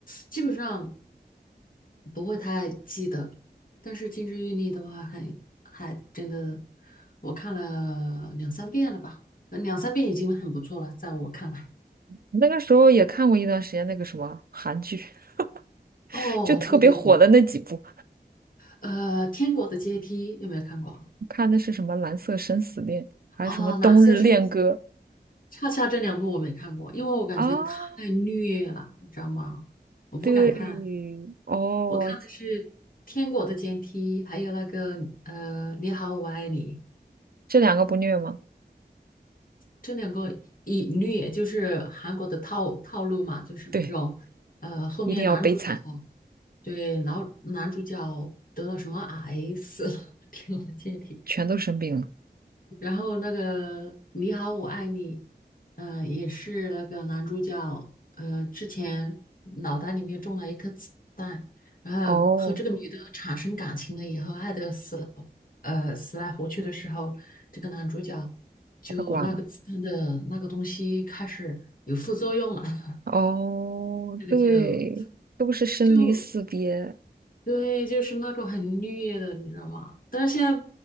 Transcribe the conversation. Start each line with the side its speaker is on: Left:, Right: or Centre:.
Left: 基本上不会太记得。但是《金枝欲孽》的话还，还真的，我看了两三遍了吧，呃两三遍已经很不错了，在我看来。
Right: 那个时候也看过一段时间那个什么韩剧，<laughs>
Left: 哦，
Right: 就特别火的那几部。
Left: 对对对，呃，《天国的阶梯》有没有看过？
Right: 看的是什么《蓝色生死恋》，还有什么《冬日恋歌》
Left: 哦，蓝色生恰恰这两部我没看过，因为我感觉太虐了，
Right: 啊？
Left: 你知道吗？我不敢看，
Right: 对，哦，
Left: 我看的是《天国的阶梯》，还有那个呃《你好，我爱你》，
Right: 这两个不虐吗？
Left: 这两个一虐就是韩国的套套路嘛，就是那种呃后面男主角
Right: 对，一定要悲惨，
Left: 对，然后男主角得了什么癌死了，《天国的阶梯》
Right: 全都生病了。
Left: 然后那个《你好，我爱你》，呃，也是那个男主角，呃，之前脑袋里面中了一颗子弹，然后和这个女的产生感情了以后，
Right: 哦，
Left: 爱得死了，呃，死来活去的时候，这个男主角就那个子弹的那个东西开始有副作用了，
Right: 快挂了。
Left: <laughs>
Right: 哦，
Left: 这个剧都
Right: 对，都是生离死别。
Left: 就对，就是那种很虐的，你知道吗？但是现在